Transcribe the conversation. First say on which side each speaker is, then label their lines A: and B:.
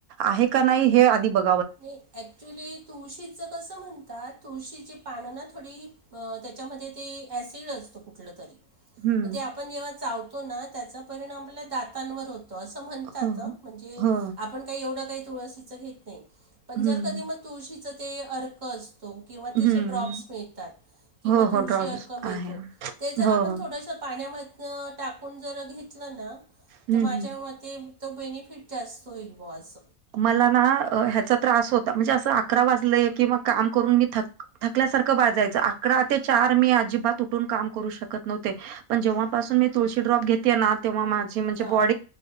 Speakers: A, on the right (about 85°); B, on the right (about 35°).
A: आहे का नाही हे आधी बघ.
B: मी एक. ॲक्च्युली तुळशीचं कसं म्हणतात तुळशीची पानं ना थोडी त्याच्यामध्ये. ते ॲसिड असत कुठलं तरी.
A: हम्म
B: मग आपण ते जेव्हा चावतो ना त्याचा परिणाम आपल्या दातांवर होतो. अस म्हणतात
A: हो
B: म्हणजे
A: हो
B: आपण काही एवढं काही तुळशीच घेत नाही पण
A: हम्म
B: जर कधी म. तुळशीचा ते अर्क असतो किंवा तेचे
A: हम्म
B: ड्रॉप्स मिळतात. किंवा
A: हो
B: तुळशी
A: हो ड्रॉब्स
B: अर्क मीळतो
A: आहे
B: ते तर
A: हो
B: आपण
A: हो
B: थोडस पाण्यामध्ये. टाकून जर घेतलं ना
A: हम्म
B: तर माझ्या
A: हम्म
B: म. ते तर बेनिफिट जास्त होईल बोवा आस.
A: मला ना ह्याचा त्रास होता म्हणजे असं अकरा वाजले की मग काम करून मी थक. थकल्यासारखं बाजायचं अकरा ते चार मी अजिबात उठून काम करू शकत नव्हते पण जेव्हापासून मी तुळशी ड्रॉप घेतेणार तेव्हा माझ जे
B: हां.
A: ब